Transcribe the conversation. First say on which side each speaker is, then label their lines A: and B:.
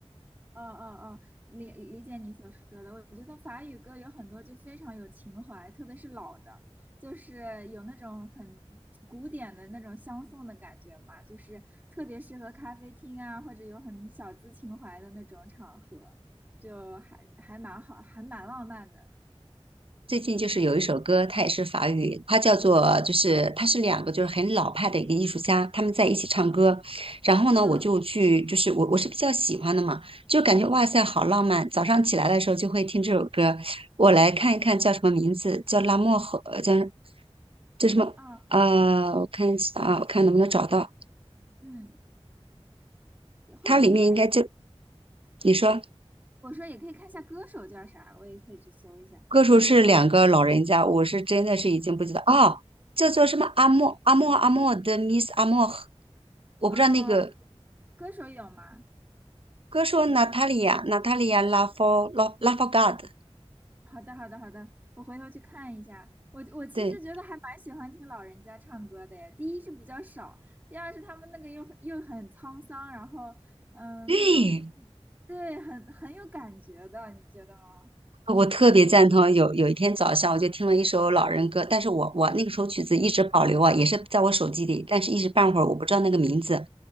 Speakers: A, on the right; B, on the right.
A: 哦哦哦，理理解你所说的。我觉得法语歌有很多就非常有情怀，特别是老的，就是有那种很古典的那种相送的感觉嘛，就是特别适合咖啡厅啊，或者有很小资情怀的那种场合，就还还蛮好，还蛮浪漫的。
B: 最近就是有一首歌，它也是法语，它叫做就是它是两个就是很老派的一个艺术家，他们在一起唱歌。然后呢，
A: 嗯
B: 我就去就是我我是比较喜欢的嘛，就感觉哇塞好浪漫。早上起来的时候就会听这首歌。我来看一看叫什么名字，叫拉莫河，呃叫叫什么？
A: 嗯
B: 呃，我看一下啊，我看能不能找到。
A: 嗯，也或者可以看。
B: 它里面应该就你说。
A: 我说也可以看一下歌手叫啥，我也可以去搜一下。
B: 歌手是两个老人家，我是真的是已经不记得啊，叫做什么阿莫阿莫阿莫的 Miss 阿莫，我不知道那个
A: 哦，歌手有吗？
B: 歌手娜塔莉亚娜塔莉亚拉夫拉拉 r God，
A: 好的，好的，好的，我回头去看一下。我我其实觉得还蛮喜欢听老人家唱歌的耶。
B: 对
A: 第一是比较少，第二是他们那个又又很沧桑，然后嗯、呃那种声音，
B: 对，
A: 对，很很有感觉的，你不觉得吗？
B: 我特别赞同。有有一天早上，我就听了一首老人歌，但是我我那个首曲子一直保留啊，也是在我手机里，但是一时半会儿我不知道那个名字。